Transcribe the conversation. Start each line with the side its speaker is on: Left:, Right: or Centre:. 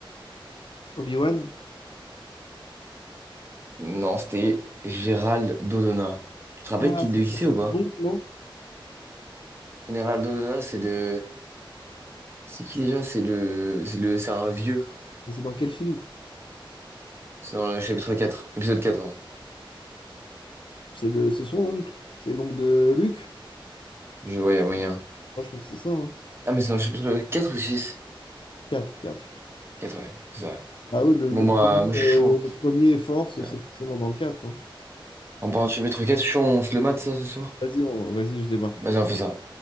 Left: Obi-Wan?
Right: Non, c'était Gérald Dodona. Tu te rappelles
Left: Ah,
Right: qui, de
Left: c'est
Right: qui
Left: c'est-
Right: c'est
Left: c'est
Right: ou pas?
Left: ton oncle, non?
Right: Gérald Dodona, c'est de... C'est qui déjà? C'est de C'est le... C'est un vieux.
Left: Mais c'est dans quel film?
Right: C'est dans le chapitre quatre Épisode 4, pardon.
Left: C'est le, c'est son oncle. C'est l'oncle de Luke?
Right: Je voyais moyen.
Left: Moi, je crois que c'est ça. Hein.
Right: Ah, mais c'est dans le chapitre 4 ou six
Left: quatre. 4.
Right: quatre ouais. C'est ça.
Left: Ah oui, le,
Right: Bon,
Left: le
Right: bah,
Left: premier,
Right: moi, je
Left: euh,
Right: suis chaud.
Left: le premier Force,
Right: Ouais.
Left: c'est forcément dans le 4. hein.
Right: En parlant de chapitre quatre je suis chaud, on se le mate, ça, ce soir?
Left: Vas-y, on- vas-y, je débarque.
Right: Vas-y, on fait ça.